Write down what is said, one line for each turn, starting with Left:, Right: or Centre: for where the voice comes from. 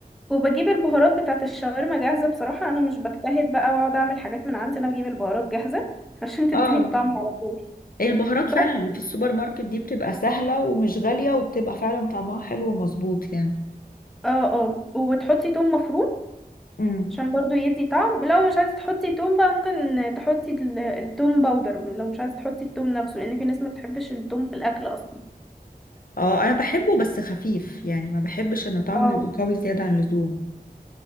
Centre: وبجيب البهارات بتاعه الشاورما جاهزه بصراحه انا مش بجتهد بقى واقعد اعمل حاجات من عندي انا بجيب البهارات جاهزه <laughs> عشان تديني
Left: اه
Centre: الطعم على طول
Left: البهارات فعلا
Centre: بس
Left: اللي في السوبر ماركت دي بتبقى سهلة ومش غالية وبتبقى فعلا طعمها حلو ومظبوط يعني
Centre: اه اه وتحطي توم مفروم
Left: امم
Centre: عشان برضو يدي طعم لو مش عايزه تحطي توم بقى ممكن تحطي ال- التوم باودر لو مش عايزه تحطي التوم نفسه لان في ناس ما بتحبش التوم في الاكل اصلا
Left: اه انا بحبه بس خفيف يعني ما بحبش ان طعمه
Centre: اه
Left: يبقى قوي زيادة عن اللزوم